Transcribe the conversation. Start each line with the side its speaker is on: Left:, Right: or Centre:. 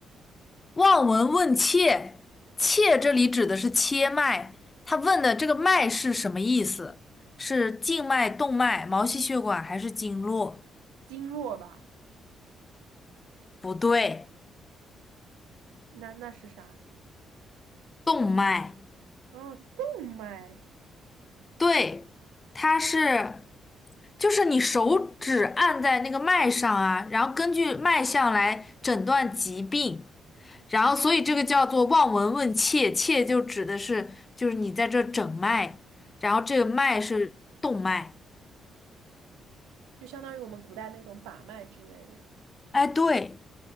Left: 望闻问切，切这里指的是切脉，他问的这个脉是什么意思？是静脉、动脉、毛细血管还是经络？
Right: 经络吧？
Left: 不对，
Right: 那那是啥？
Left: 动脉。
Right: 哦，动脉，
Left: 对，它是，就是你手指按在那个脉上啊，然后根据脉象来诊断疾病，然后所以这个叫做望闻问切，切就指的是就是你在这诊脉，然后这个脉是动脉。
Right: 就相当于我们古代那种把脉之类的。
Left: 哎，对。